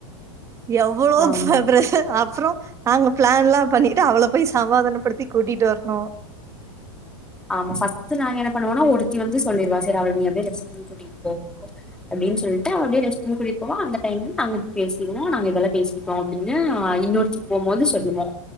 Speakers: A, on the right; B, in the centre.
A: எவ்வளோ
B: ஆமா
A: போ ப்ரெஷர் அப்பறம் நாங்க பிளான்ல பண்ணிட்டு அவ்வளாபோய் சமாதானப்படுத்தி கூட்டிட்டு வரணு
B: ஆம்மா ஃபஸ்ட்டு நாங்க எனக். பண்ணுவோனா ஒருத்தி வந்து சொல்லிடுவா சேரி அவள அப்படியே ரெஸ்ட்ரும் கூடிட்டுப்போ அப்டின்னு சொல்லிட்டு அவ அப்டியே ரெஸ்ட்ரூம் கூட்டிட்டு போவா அந்த டைம் நாங்க பேசிடுவோ நாங்க இதெல்லா பேசிட்டோ அப்படின்னு இன்னொருத்தி போம்போது சொல்லுவோ.